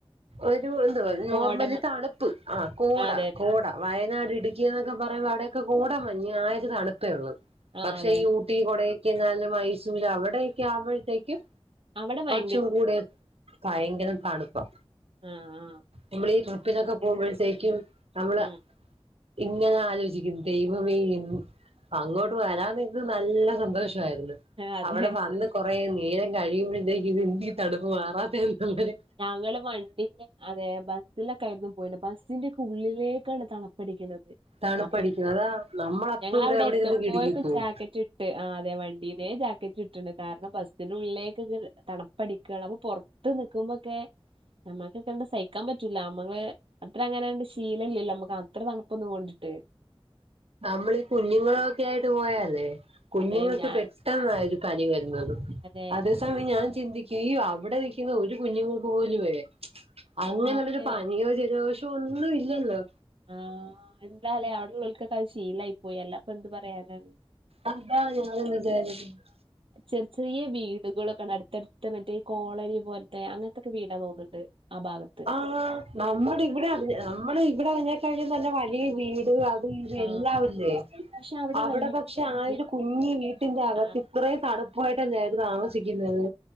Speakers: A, on the right; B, on the right.
A: ഒരു എന്തുവാ നോർമലി
B: ഓട
A: തണുപ്പ് ആഹ് കോട
B: അതെ അതെ
A: കോട വയനാട് ഇടുക്കിന്നൊക്കെ പറയുമ്പോ അവിടെയൊക്കെ കോട മഞ്ഞ് ആ ഒര് തണുപ്പേയൊള്ളൂ
B: ആ
A: പക്ഷേ
B: അതെ അതെ
A: ഈ ഊ ട്ടി കൊടയ്ക്കനാല് മൈസൂര് അവിടെയൊക്കെ ആവുമ്പഴത്തേക്കും
B: അവിടെ ഭയ
A: ചൂട് ഭയങ്കരം തണുപ്പാ
B: ആഹ് ആഹ്
A: നമ്മളീ ട്രിപ്പിനൊക്കെ പോകുമ്പോഴത്തേക്കും നമ്മള്
B: ഉം
A: ഇങ്ങനെ ആലോചിക്കും ദൈവമേ എന്നും അങ്ങോട്ട് വരാൻ വേണ്ടീട്ട് നല്ല സന്തോഷവായിരുന്നു
B: ആ, അതെ
A: അവിടെ വന്ന് കൊറേ നേരം കഴിയുമ്പൊഴത്തേക്ക് ഇത് എന്തേ ഈ തണുപ്പ് മാറാത്തെ ന്ന് ള്ളര്
B: ഞങ്ങള് വണ്ടിത്തെ അതെ ബ സ്സിലൊക്കായിരുന്നു പോയിന്നെ ബസ്സിന്റെക്കെ ഉള്ളിലേക്കാണ് തണുപ്പടിക്കുന്നത്
A: തണുപ്പടിക്കും
B: അപ്പം
A: അതാ നമ്മളപ്പ
B: ഞങ്ങളവിടെ
A: ഇവിടെ എവിടെ
B: എത്തുമ്പോഴേക്കും
A: ഇരുന്ന് കിടുങ്ങിപ്പോവും
B: ജാക്കറ്റ് ട്ട് ആ അതെ വണ്ടീന്നേ ജാക്കറ്റ് ഇട്ട്ണ് കാരണം ബസ്സിനുള്ളിലേക്ക്ങ്ങട് തണുപ്പടിക്കാണ് അപ്പൊ പൊർ ത്ത് നിക്കുമ്പൊക്കെ നമ്മക്കൊ ക്കാണ്ട് സഹിക്കാൻ പറ്റൂല അമ്മളെ അത്ര അങ്ങനണ്ട് ശീലല്ലല്ലൊ അമ്മക്ക് അത്ര തണുപ്പൊന്നും കൊണ്ട്ട്ട്
A: നമ്മളീ കുഞ്ഞുങ്ങളൊക്കെ ആയിട്ട് പോയാലേ കുഞ്ഞുങ്ങൾക്ക്
B: അതെ ഞാൻ
A: പെട്ടെന്നായിരു പനി വരുന്നത്
B: അതെ
A: അത് സമയം ഞാൻ ചിന്തിക്കും ഈ അവിടെ നിൽക്കുന്ന ഒരു കുഞ്ഞുങ്ങക്ക് പോലുവേ അങ്ങനെള്ളൊരു
B: ആകെ
A: പനിയോ ജലദോഷോ ഒന്നും ഇല്ലല്ലോ
B: ആ എന്താലേ അവിടെ ഇള്ളോൽക്കൊക്കെ അത് ശീലായി പോയി അല്ലാപ്പ എന്ത് പറയാനാണ്
A: അതാ ഞാനും വിചാരിക്കുന്നെ
B: ചെറി ചെറിയ വീടുകളൊക്കാണ് അട്ത്തട്ത്ത മറ്റേ ഈ കോളനി പോലത്തെ അങ്ങനത്തൊക്കെ വീടാ തോന്ന്ണ്ട് ആ ഭാഗത്ത്
A: ആഹ് നമ്മടെ ഇവിടെ അതെ നമ്മടെ ഇവിടെ അങ്ങനത്തെ കാര്യമെന്ന് പറഞ്ഞാൽ വലിയ വീടുകളാ ഇത്
B: ആ
A: എല്ലാം ഇല്ലേ
B: പക്ഷെ
A: അവിടെ
B: വല്യ
A: പക്ഷെ ആ
B: വീട്
A: ഒരു കുഞ്ഞി വീട്ടിന്റെ അകത്ത്
B: ആ
A: ഇത്രേയും തണുപ്പായിട്ടല്ലേ അവര് താമസിക്കുന്നത്